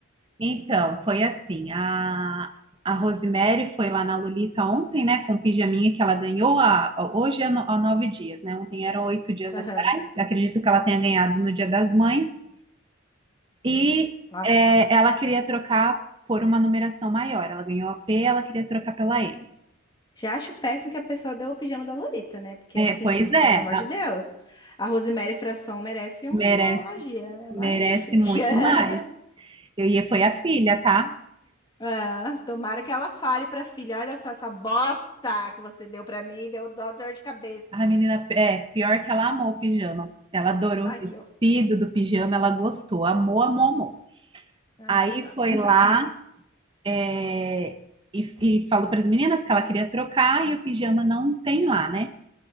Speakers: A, on the right; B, on the left.
A: Então, foi assim. A, a Rosemary foi lá na Lolita ontem, né, com o pijaminha que ela ganhou há, hoje há, no- há nove dias, né? Ontem eram oito dias
B: Aham.
A: atrás. Acredito que ela tenha ganhado no Dia das Mães. E
B: Nossa.
A: é, ela queria trocar por uma numeração maior. Ela ganhou a P, ela queria trocar pela M.
B: Já acho péssimo que a pessoa deu o pijama da Lolita, né? Porque,
A: É,
B: assim,
A: pois é,
B: pelo amor
A: a-
B: de Deus, a Rosemary Fração merece uma
A: merece.
B: magia, né?
A: Merece
B: Mas, enfim.
A: muito
B: <laughs>
A: mais. Eu ia, foi a filha, tá?
B: Ah, tomara que ela fale pra filha: olha só essa bosta que você deu pra mim, deu dó, dor de cabeça.
A: A menina, é, pior que ela amou o pijama. Ela adorou
B: Ai,
A: o tecido
B: que ó.
A: do pijama, ela gostou, amou, amou, amou.
B: Ai,
A: Aí
B: tá.
A: foi lá, é, e, e falou para as meninas que ela queria trocar e o pijama não tem lá, né?